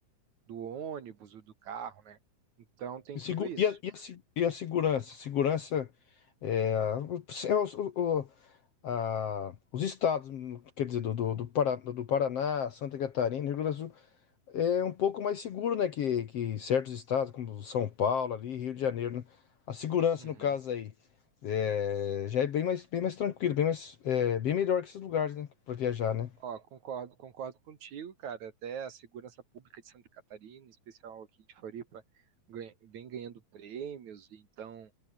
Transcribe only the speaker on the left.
E, segu-
e a, e a se- e a segurança? Segurança é, o- é os, o- o- a- os estados, quer dizer, do, do, do, Pará- do Paraná, Santa Catarina, Rio Grande do Sul. é um pouco mais seguro, né? Que, que certos estados, como São Paulo, ali, Rio de Janeiro, né? A segurança,
no caso aí, é, já é bem mais, bem mais tranquilo, bem mais, é, bem melhor que esses lugares, né? Para viajar, né?